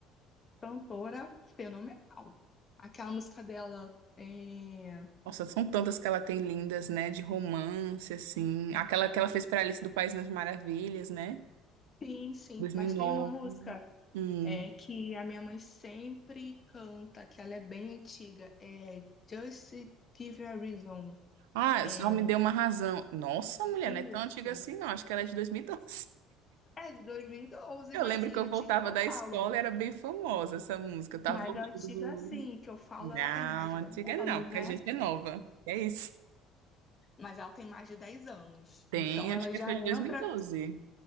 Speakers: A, on the left (about 35°); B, on the right (about 75°).
A: cantora fenomenal. Aquela música dela é...
B: Nossa, são tantas que ela tem lindas, né? De romance, assim. Aquela que ela fez para Alice do País das Maravilhas, né?
A: Sim, sim,
B: 2009.
A: mas tem uma música
B: Hum.
A: é, que a minha mãe sempre canta, que ela é bem antiga, é Just Give Me a Reason.
B: Ah,
A: É,
B: só me deu uma razão. Nossa, mulher,
A: isso.
B: não é tão antiga assim, não. Acho que ela é de 2012.
A: É de 2012,
B: Eu
A: mas
B: lembro
A: assim,
B: que
A: antiga
B: eu voltava
A: que eu
B: da
A: falo.
B: escola e era bem famosa essa música. Eu tava
A: Mas
B: voltando
A: a antiga,
B: do.
A: assim, que eu falo,
B: Não,
A: ela tem mais de
B: antiga
A: 10
B: não,
A: anos,
B: porque
A: né?
B: a gente é nova. É isso.
A: Mas ela tem mais de 10 anos.
B: Tem,
A: Então
B: acho
A: ela
B: que
A: já
B: foi de 2012.
A: entra.